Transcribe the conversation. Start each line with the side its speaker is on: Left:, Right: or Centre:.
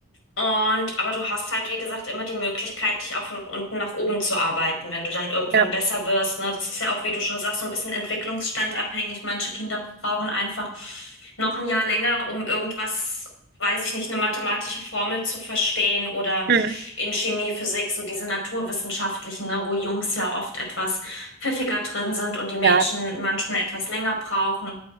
Left: Und aber du hast halt, wie gesagt, immer die Möglichkeit, dich auch von unten nach oben zu arbeiten, wenn du dann irgendwann
Right: Ja.
Left: besser wirst, ne? Das ist ja auch, wie du schon sagst, so ein bisschen entwicklungsstandabhängig. Manche Kinder brauchen einfach noch ein Jahr länger, um irgendwas, weiß ich nicht, eine mathematische Formel zu verstehen oder
Right: Mhm.
Left: in Chemie, Physik, so diese naturwissenschaftlichen, ne, wo Jungs ja oft etwas pfiffiger drin sind und die Mädchen
Right: Ja.
Left: manchmal etwas länger brauchen.